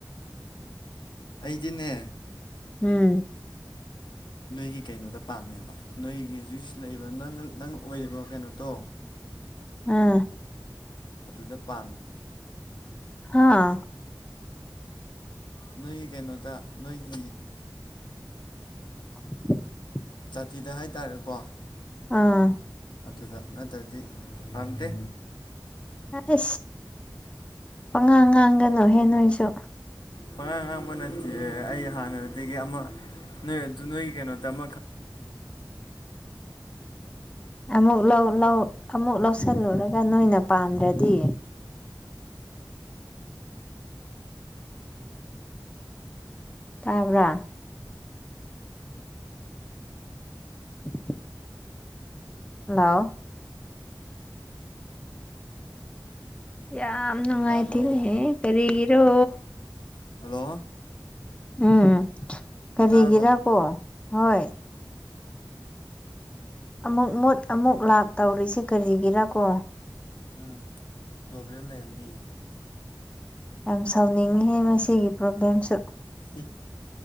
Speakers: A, on the left; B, on the left.
A: ꯑꯩꯗꯤꯅꯦ
B: ꯎꯝ
A: ꯅꯣꯏꯒꯤ ꯀꯩꯅꯣꯗ ꯄꯥꯝꯃꯦꯕ ꯅꯣꯏꯒꯤ ꯍꯧꯖꯤꯛ ꯂꯩꯕ ꯅꯪ ꯅꯪ ꯑꯣꯏꯔꯤꯕ ꯀꯩꯅꯣꯗꯣ
B: ꯑꯥ
A: ꯑꯗꯨꯗ ꯄꯥꯝꯃꯦ
B: ꯍꯥꯥ
A: ꯅꯣꯏꯒꯤ ꯀꯩꯅꯣꯗ ꯅꯣꯏꯒꯤ
B: <unintelligible>
A: ꯖꯥꯇꯤꯗ ꯍꯥꯏꯇꯥꯔꯦꯀꯣ
B: ꯑꯥ
A: ꯑꯗꯨꯗ ꯅꯠꯇ꯭ꯔꯗꯤ ꯄꯥꯝꯗꯦ
B: ꯑꯁ ꯄꯉꯥꯡ ꯉꯥꯡꯒꯅꯨ ꯍꯦ ꯅꯣꯏꯁꯨ
A: ꯄꯉꯥꯡ ꯉꯥꯡꯕ ꯅꯠꯇꯦ ꯑꯩ ꯍꯥꯟꯅꯗꯒꯤ ꯑꯃ ꯅ ꯇꯨ ꯅ ꯀꯩꯅꯣ ꯇꯃ
B: ꯎꯝꯨ ꯑꯃꯨꯛ ꯂꯧꯁꯤꯜꯂꯨꯔꯒ ꯅꯣꯏꯅ ꯄꯥꯝꯗ꯭ꯔꯗꯤ ꯇꯥꯕ꯭ꯔꯥ <unintelligible> ꯍꯜꯂꯣ ꯌꯥꯝꯝ ꯅꯨꯡꯉꯥꯏꯇꯅꯦ
A: ꯇꯥꯕ꯭ꯔꯣ
B: ꯀꯔꯤꯒꯤꯔꯣ
A: ꯍꯜꯂꯣ
B: ꯎꯝ ꯀꯔꯤꯒꯤꯔꯥ
A: ꯇꯥꯔꯕꯣ
B: ꯀꯣ ꯍꯣꯏ ꯑꯃꯨꯛ ꯃꯨꯠ ꯑꯃꯨꯛ ꯂꯥꯛ ꯇꯧꯔꯤꯁꯤ ꯀꯔꯤꯒꯤꯔꯥ ꯀꯣ꯫
A: ꯎꯝ ꯄ꯭ꯔꯣꯕ꯭ꯂꯦꯝ ꯂꯩꯔꯝꯅꯤ꯫
B: ꯌꯥꯝ ꯁꯥꯎꯅꯤꯡꯉꯤ ꯃꯁꯤꯒꯤ ꯄ꯭ꯔꯣꯕ꯭ꯂꯦꯝꯁꯨ꯫
A: ꯑꯦ꯫